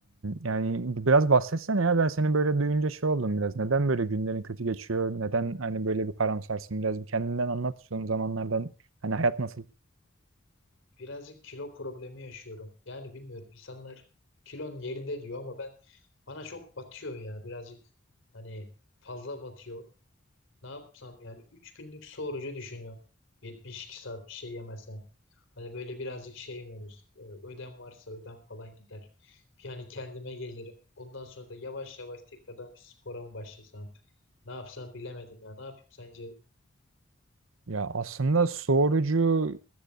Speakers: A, on the right (about 75°); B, on the left (about 70°).
A: yani biraz bahsetsene ya ben seni böyle duyunca şey oldum biraz. Neden böyle günlerin kötü geçiyor? Neden hani böyle bir karamsarsın? Biraz bir kendinden anlat son zamanlardan hani hayat nasıl?
B: Birazcık kilo problemi yaşıyorum. Yani bilmiyorum insanlar kilon yerinde diyor ama ben bana çok batıyor ya birazcık hani fazla batıyor. Ne yapsam yani 3 günlük su orucu düşünüyorum. 72 saat bir şey yemesem. Hani böyle birazcık şey mi olur? e, Ödem varsa ödem falan gider. Yani kendime gelirim. Ondan sonra da yavaş yavaş tekrardan bir spora mı başlasam? Ne yapsam bilemedim ya. Ne yapayım sence?
A: Ya aslında sorucu